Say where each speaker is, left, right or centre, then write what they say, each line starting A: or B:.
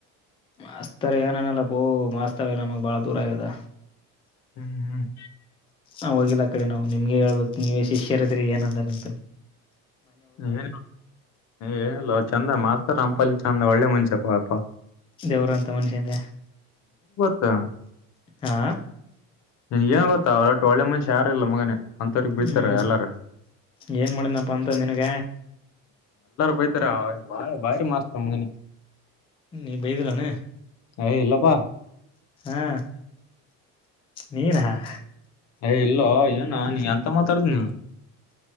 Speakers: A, on the left; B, on the left.
A: ಮಾಸ್ತರ್ ಏನಾನಲ್ಲ ಪ ಮಾಸ್ತರ್ ನಮಗ್ ಬಾಳ ದೂರ ಆಗ್ಯದ
B: ಹ್ಮ್ ಹ್ಮ್
A: ಹ ಹೋಗಿಲ್ಲ ಆ ಕಡೆ ನಾವು ನಿಮ್ಗೆ ಹೇಳ್ಬೇಕಕ್ ನೀವ್ ಶಿಷ್ಯರಿದ್ರಿ ಏನಂದಾರ ಅಂತ
B: ಏನ ಏನಿಲ್ಲ ಚಂದ ಮಾತ್ ರ್ ರಂಪಲ್ಲಿ ಚಂದ ಒಳ್ಳೆ ಮುಂಷೆಪ್ಪ ಅಪ್ಪಾ.
A: ದೇವರು ಅಂತ ಮನುಷ್ಯಿಂದ.
B: ಹಾ.
A: ಹಾ.
B: ನಿನ್ ಏನ್ ಗೊತ್ತ ಅವ್ರೊಟ್ ಒಳ್ಳೆ ಮನ್ಷ್ಯ ಯಾರ್ ಇಲ್ಲ ಮಗನೆ. ಅಂತವ್ರಗ್ ಬಿಡ್ತಾರ
A: ಹ್ಮ್
B: ಎಲ್ಲಾರ
A: ಏನ್ ಮಾಡಿನಪ್ಪ ಅಂತದ್ ನಿನಗ.
B: ಬೀಳ್ತರ ಅವ್ನ್ ಭಾರಿ ಭಾರಿ ಮಾಸ್ತ ಮಗನೆ.
A: ನೀ ಬೈದಿಲೆನ.
B: ಏಯ್ ಇಲ್ಲಪ್ಪಾ
A: ಹಾ ನೀನಾಹ್.
B: ಯ ಇಲ್ಲೋ ಏನ್ ನಾನ ಎಂತ ಮಾತಾಡ್ದಿ ನೀನ್